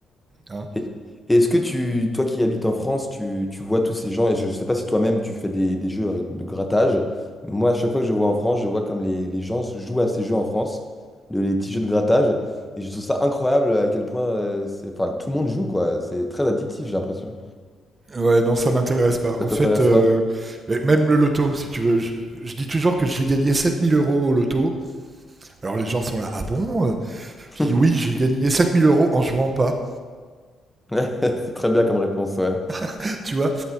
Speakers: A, on the right (about 30°); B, in the centre.
A: hein.
B: Et, et est-ce que tu, toi qui habites en France, tu, tu vois tous ces gens, et je ne sais pas si toi-même tu fais des, des jeux avec- de grattage. Moi, à chaque fois que je vois en France, je vois comme les, les gens jouent à ces jeux en France, de, les petits jeux de grattage. Et je trouve ça incroyable à quel point euh, c'est, enfin, tout le monde joue, quoi. C'est très addictif, j'ai l'impression.
A: Ouais, non, ça m'intéresse pas.
B: Ça
A: En
B: t'intéresse
A: fait, euh,
B: pas?
A: mais même le loto, si tu veux, je, je dis toujours que j'ai gagné 7000 euros au loto. Alors les gens sont là, ah bon? euh
B: <laughs>
A: Je dis oui, j'ai gagné 7000 euros en jouant pas.
B: Ouais, c'est très bien comme réponse, ouais.
A: <laughs> Tu vois?